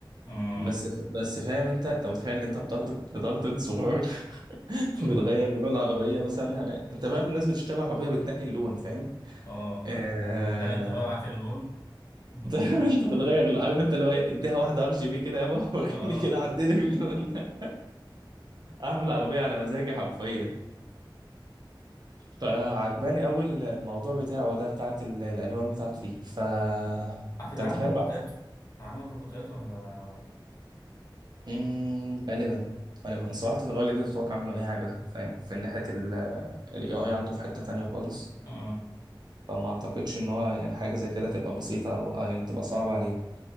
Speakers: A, on the left (about 45°); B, on the right (about 55°).
A: مم.
B: بس بس فاهم انت انت متخيل ان انت بضغطة بضغطة زرار <laughs>
A: <laughs>
B: بتغير لون العربية مثلا يعني انت فاهم الناس بتشتري عربية بتنقي اللون فاهم
A: اه
B: آه
A: تخيل انت بقى معاك اللون <laughs>
B: <laughs> انت بتغير ال- عارف انت اللي هو ايه اديها واحده ار جي بي كده يابا <laughs> وريني
A: اه
B: كده عدني باللون ده اعمل عربيه على مزاجي حرفيا فعجباني قوي الموضوع بتاعه ده بتاعت ال- الالوان بتاعته دي ف
A: <laughs>
B: انت
A: كده
B: متخيل
A: عامل روبوتات
B: رايح
A: عامل روبوتات ولا
B: امم غالبا غالبا صراحه الراجل ده تتوقع منه اي حاجه فاهم في ناحيه الاي اي عنده في حته تانية خالص
A: اه
B: فما اعتقدش ان هو يعني حاجه زي كده تبقى بسيطه او أو يعني تبقى صعبه عليه